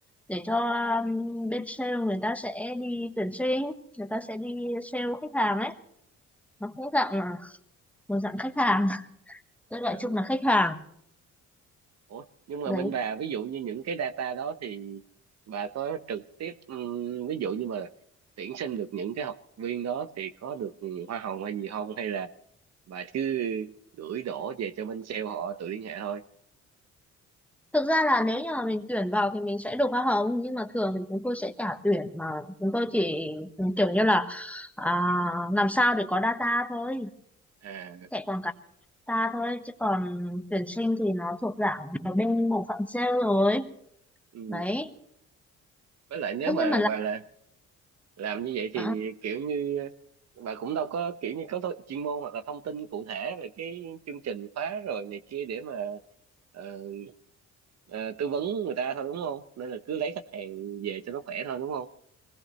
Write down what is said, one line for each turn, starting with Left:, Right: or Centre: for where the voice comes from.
Centre: để cho um, bên sale người ta sẽ đi tuyển sinh người ta sẽ đi sale khách hàng ấy nó cũng dạng là một dạng khách hàng <laughs> tôi gọi
Right: à
Centre: chung là khách hàng
Right: Ủa, nhưng mà
Centre: đấy
Right: bên bà ví dụ như những cái data đó thì bà có trực tiếp ừm, ví dụ như mà tuyển sinh được những cái học viên đó thì có được hoa hồng hay gì không hay là bà cứ gửi đổ về cho bên sale họ tự liên hệ thôi
Centre: thực ra là nếu như mà mình tuyển vào thì mình sẽ được hoa hồng nhưng mà thường thì chúng tôi sẽ trả tuyển mà chúng tôi chỉ kiểu như là À, làm sao để có data thôi
Right: à
Centre: chạy quảng cáo data thôi chứ còn tuyển sinh thì nó thuộc dạng ở bên bộ phận sale rồi
Right: ừm.
Centre: đấy
Right: với lại nếu
Centre: thế
Right: mà
Centre: nhưng mà là
Right: bà là làm như vậy thì
Centre: à,
Right: kiểu như bà cũng đâu có kiểu như có tho- chuyên môn hoặc là thông tin cụ thể về cái chương trình khóa rồi này kia để mà ờ, ờ, tư vấn người ta thôi đúng không nên là cứ lấy khách hàng về cho nó khỏe thôi đúng không